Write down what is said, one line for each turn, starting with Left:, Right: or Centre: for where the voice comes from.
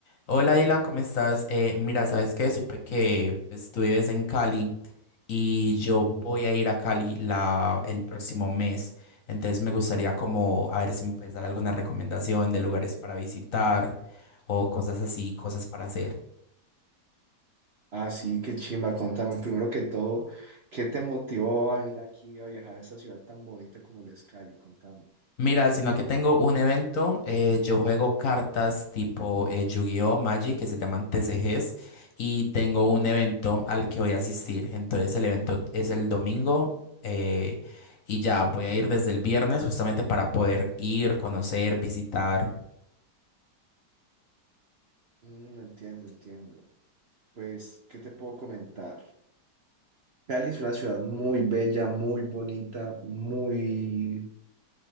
Left: Hola Dylan, ¿cómo estás? Eh, mira, ¿sabes qué? Supe que pues, tú vives en Cali y yo voy a ir a Cali la, el próximo mes. Entonces me gustaría como a ver si me puedes dar alguna recomendación de lugares para visitar o cosas así, cosas para hacer.
Right: Ah, sí, qué chimba. Contame primero que todo, ¿qué te motivó a venir aquí a viajar a esta ciudad tan bonita como lo es Cali? Contame.
Left: Mira, sino que tengo un evento, eh, yo juego cartas tipo eh, Yu-Gi-Oh, Magic, que se llaman TCGs, y tengo un evento al que voy a asistir. Entonces el evento es el domingo eh, y ya voy a ir desde el viernes justamente para poder ir, conocer, visitar.
Right: Mm, entiendo, entiendo. Pues, ¿qué te puedo comentar? Cali es una ciudad muy bella, muy bonita, muy,